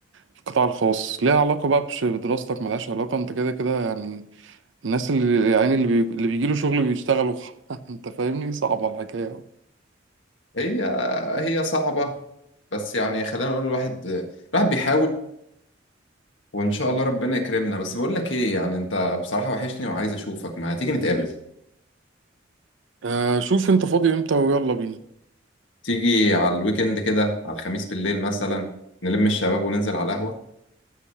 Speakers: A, on the right; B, on the left.
A: في القطاع الخاص ليها علاقة بقى بش- بدراستك ملهاش علاقة انت كده كده يعني الناس اللي يعني اللي, بي... اللي بيجيله شغل بيشتغلوا <laughs> انت فاهمني صعبة الحكاية
B: هي هي صعبه بس يعني خلينا نقول الواحد الواحد بيحاول وان شاء الله ربنا يكرمنا بس بقول لك ايه يعني انت بصراحه وحشني وعايز اشوفك ما هتيجي نتقابل
A: آه شوف انت فاضي امتى ويلا بينا
B: تيجي على الويكند كده على الخميس بالليل مثلا نلم الشباب وننزل على القهوة